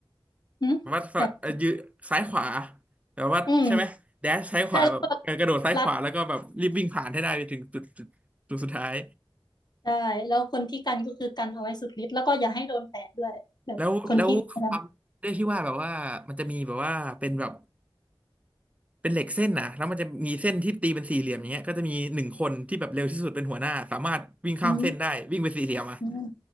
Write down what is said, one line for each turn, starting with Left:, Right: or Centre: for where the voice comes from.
Left: อืมแบบ
Right: วัดฝรั่งเอ่อยืซ้ายขวาแบบว่าใช่ไหมแดชซ้ายขวาแบบเออกระโดดซ้ายขวาแล้วก็แบบรีบวิ่งผ่านให้ได้ไปถึงจุดจุดจุดสุดท้าย
Left: อืมใช่แล้วก็รัดใช่แล้วคนที่กันก็คือกันเอาไว้สุดฤทธิ์แล้วก็อย่าให้โดนแตะด้วยแบบคนที่พยายาม
Right: แล้วแล้วความด้วยที่ว่าแบบว่ามันจะมีแบบว่าเป็นแบบเป็นเหล็กเส้นนะแล้วมันจะมีเส้นที่ตีเป็นสี่เหลี่ยมอย่างเงี้ยก็จะมีหนึ่งคนที่แบบเร็วที่สุดเป็นหัวหน้าสามารถวิ่งข้ามเส้นได้วิ่งไปนสี่เหลี่ยมอ่ะ
Left: อืม